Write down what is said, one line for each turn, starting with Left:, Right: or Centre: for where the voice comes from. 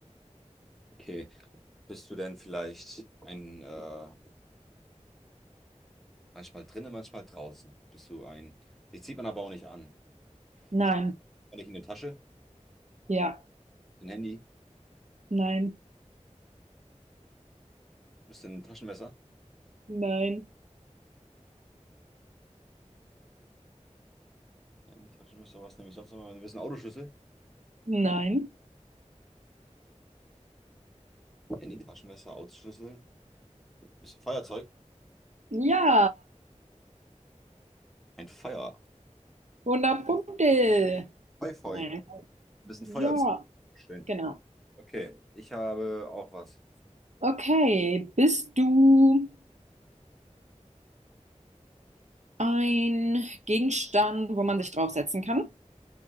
Centre: okay. Bist du denn vielleicht ein, äh, manchmal drinnen, manchmal draußen? Bist du ein, dich zieht man aber auch nicht an.
Right: nein,
Centre: Steckt man dich in eine Tasche?
Right: ja,
Centre: Ein Handy?
Right: nein,
Centre: Bist du ein Taschenmesser?
Right: nein,
Centre: Handy-Taschenmesser, was nehme ich sonst noch? Du bist ein Autoschlüssel.
Right: nein,
Centre: Handy-Taschenmesser, Autoschlüssel. Du bist Feuerzeug.
Right: ja.
Centre: Ein Feuer.
Right: hundert Punkte.
Centre: Feu, feu.
Right: Nein.
Centre: Du bist
Right: Ja,
Centre: Feuerzeug. Schön.
Right: genau.
Centre: Okay. Ich habe auch was.
Right: Okay, bist du Ein Gegenstand, wo man sich draufsetzen kann.